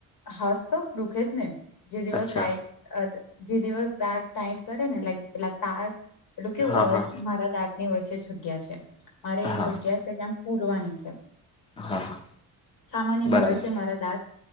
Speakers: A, on the left; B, on the left.
A: હાસ તો દુઃખત નને જે દિવસ
B: અચ્છા
A: લઇટ જે દિવસ દા ટાટ કરે ને લક પેલા તળ એટલું કેવું
B: હા
A: હવે
B: હા
A: મારા દાંત ની વચ્ચે જગ્યા છે મારે એ
B: હા
A: જગ્યા છે કેમ પૂરવાની છે
B: હા હા
A: સામાન્ય
B: બરાબર
A: બળ છે મારા દાંત